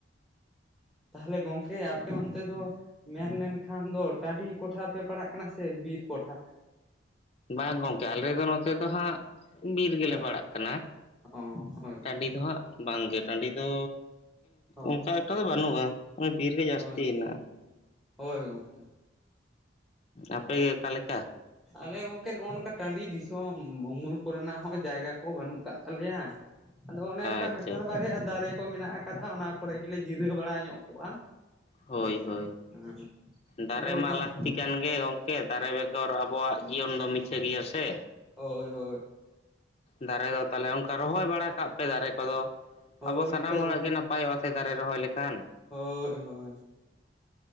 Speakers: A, in the centre; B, on the left (about 35°).
A: ᱛᱟᱦᱚᱞᱮ ᱜᱚᱢᱠᱮ ᱠᱮ ᱟᱯᱮ ᱚᱱᱛᱮ ᱫᱚ ᱢᱮᱱ ᱞᱮᱱᱠᱷᱟᱱ ᱫᱚ ᱴᱟᱺᱰᱤ ᱠᱚᱴᱷᱟ ᱯᱮ ᱯᱟᱲᱟᱜ ᱠᱟᱱᱟ ᱥᱮ ᱵᱤᱨ ᱠᱚᱴᱷᱟ?
B: ᱵᱟᱝ ᱜᱚᱝᱠᱮ ᱟᱞᱮ ᱫᱚ ᱱᱚᱛᱮ ᱫᱚ ᱦᱟᱸᱜ ᱵᱤᱨ ᱜᱮᱞᱮ
A: ᱦᱮᱸ
B: ᱯᱟᱲᱟᱜ ᱠᱟᱱᱟ,
A: ᱚ ᱦᱳᱭ
B: ᱴᱟᱺᱰᱤ
A: ᱛᱚ
B: ᱫᱚ ᱦᱟᱸᱜ ᱵᱟᱝ ᱜᱮ ᱴᱟᱺᱰᱤ ᱫᱚ
A: ᱦᱳᱭ
B: ᱚᱱᱠᱟ ᱮᱠᱴᱟ ᱫᱚ ᱵᱟᱹᱱᱩᱜᱼᱟ᱾ ᱱᱚᱜ ᱵᱤᱨ ᱜᱮ ᱡᱟᱹᱥᱛᱤ
A: ᱦᱳᱭ
B: ᱮᱱᱟ᱾
A: ᱦᱳᱭ ᱜᱚᱝᱠᱮ
B: ᱟᱯᱮ ᱜᱮ ᱚᱠᱟ ᱞᱮᱠᱟ?
A: ᱟᱞᱮ ᱜᱚᱝᱠᱮ ᱱᱚᱜᱼᱚᱭ ᱱᱚᱝᱠᱟ ᱴᱟᱺᱰᱤ ᱫᱤᱥᱚᱢ, ᱩᱢᱩᱞ ᱠᱚ ᱨᱮᱱᱟᱜ ᱦᱚᱸ ᱡᱟᱭᱜᱟ ᱠᱚ ᱵᱟᱹᱱᱩᱜ ᱠᱟᱜ ᱛᱟᱞᱮᱭᱟ᱾ ᱟᱫᱚ ᱚᱱᱮ ᱚᱱᱠᱟ
B: ᱟᱪᱪᱷᱟ
A: ᱢᱤᱫᱴᱟᱱ
B: ᱟᱪᱪᱷᱟ
A: ᱵᱟᱨᱭᱟ ᱫᱟᱨᱮ ᱠᱚ ᱢᱮᱱᱟᱜ ᱟᱠᱟᱫᱟ᱾ ᱚᱱᱟ ᱠᱚᱨᱮ ᱜᱮᱞᱮ ᱡᱤᱨᱟᱹᱣ ᱵᱟᱲᱟ ᱧᱚᱜ ᱠᱚᱜᱼᱟ᱾
B: ᱦᱳᱭ
A: ᱥᱮ
B: ᱦᱳᱭ,
A: ᱦᱮᱸ
B: ᱫᱟᱨᱮ
A: ᱟᱫᱚ
B: ᱢᱟ
A: ᱡᱟᱦᱟᱸ
B: ᱞᱟᱹᱠᱛᱤ ᱠᱟᱱ ᱜᱮ ᱜᱚᱝᱠᱮ᱾ ᱫᱟᱨᱮ ᱵᱮᱜᱚᱨ ᱟᱵᱚᱣᱟᱜ ᱡᱤᱭᱚᱱ ᱫᱚ ᱢᱤᱪᱷᱟᱹ ᱜᱮᱭᱟ ᱥᱮ᱾
A: ᱦᱳᱭ, ᱦᱳᱭ᱾
B: ᱫᱟᱨᱮ ᱫᱚ ᱛᱟᱦᱚᱞᱮ ᱚᱱᱠᱟ ᱨᱚᱦᱚᱭ ᱵᱟᱲᱟ ᱠᱟᱜ ᱯᱮ, ᱫᱟᱨᱮ ᱠᱚᱫᱚ
A: ᱦᱳᱭ
B: ᱟᱵᱚ ᱥᱟᱱᱟᱢ
A: ᱜᱚᱝᱠᱮ
B: ᱦᱚᱲᱟᱜ
A: ᱨᱚᱦᱚᱭ
B: ᱜᱮ ᱱᱟᱯᱟᱭ ᱱᱟᱯᱟᱭ ᱚᱜᱼᱟ ᱥᱮ ᱫᱟᱨᱮ ᱨᱚᱦᱚᱭ ᱞᱮᱠᱷᱟᱱ
A: ᱦᱳᱭ, ᱦᱳᱭ᱾